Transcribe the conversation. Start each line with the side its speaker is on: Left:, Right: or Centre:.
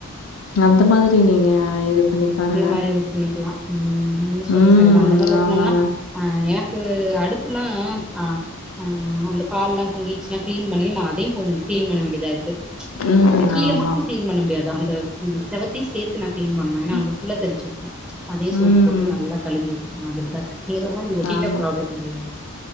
Left: அந்த மாதிரி நீங்க இது பண்ணி பாருங்க.
Centre: அந்த மாரி ஒர்க் பண்ணிக்கலா ம் நீ சொல்ற
Left: ம்.
Centre: சரிதா அந்த மாரி ஒட்னம்னா
Left: ஆமாங்க.
Centre: ஆ எனக்கு அடுப்புல்லா ஆங் ஆங் அந்த பால்லா பொங்கிருச்சுனா கிளீன் பண்ணணு அதே போ கிளீன் பண்ண வேண்டியதா இருக்கு
Left: ம்.
Centre: கீழ
Left: ஆமா.
Centre: மட்டும் கிளீன் பண்ண முடியாது அந்த ம் செவத்தையு சேத்து நா கிளீன் பண்ணுவே ஏனா
Left: ம்.
Centre: அங்க புல்லா தெரிச்சிருக்கு அதே
Left: ம்.
Centre: சோப் போட்டு நல்லா கழுவி எடுக்குற மாதிரிதா இருக்கு இங்கர்லா ஒட்டிட்டா
Left: ஆமா,
Centre: ப்ராப்ளம் கெடையாது